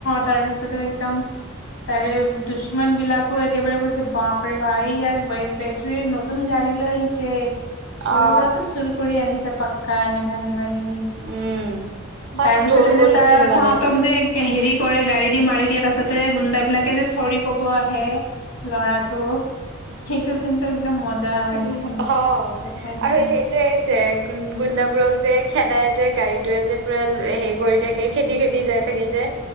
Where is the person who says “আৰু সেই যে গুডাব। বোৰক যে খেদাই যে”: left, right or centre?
Right